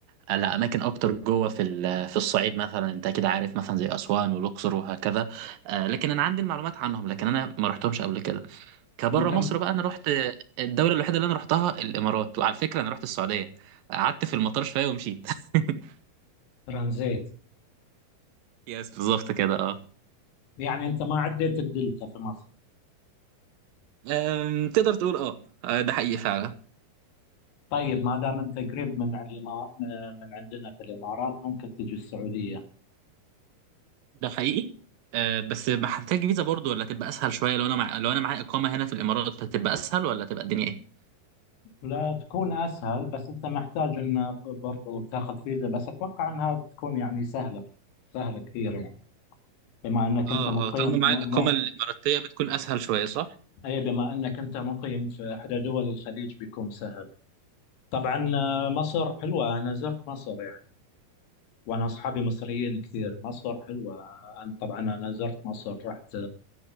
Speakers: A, on the right (about 70°); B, on the left (about 80°).
A: على اماكن اكتر جوه في ال- في الصعيد مثلا انت كده عارف مثلا زي اسوان والاقصر وهكذا آه، لكن انا عندي المعلومات عنهم لكن انا ما رحتهمش قبل كده كبره
B: انت
A: مصر
B: م-
A: بقى انا رحت الدوله الوحيده اللي انا رحتها الامارات وعلى فكره انا رحت السعوديه قعدت في المطار شويه ومشيت <laughs>
B: ترانزيت
A: يس بالظبط كده اه
B: يعني انت ما عديت الدلتا في مصر
A: أم، تقدر تقول اه آه، ده حقيقي فعلا
B: طيب ما دام انت قريب من عن الإما- من عندنا في الامارات ممكن تجي السعوديه
A: ده حقيقي آه بس ما هتحتاج فيزا برضو ولا تبقى اسهل شويه لو انا مع... لو انا معايا اقامه هنا في الامارات هتبقى اسهل ولا تبقى الدنيا ايه
B: لا تكون اسهل بس انت محتاج ان برضو تاخذ فيزا بس اتوقع انها بتكون يعني سهله سهله كثير يعني بما انك
A: اه
B: انت مقيم
A: اه طالما معايا
B: م...
A: الاقامه
B: م...
A: الاماراتيه بتكون اسهل شويه صح
B: اي بما انك انت مقيم في احدى دول الخليج بيكون سهل طبعا آه، مصر حلوه انا زرت مصر يعني وانا اصحابي مصريين كثير مصر حلوه أنا طبعا انا زرت مصر رحت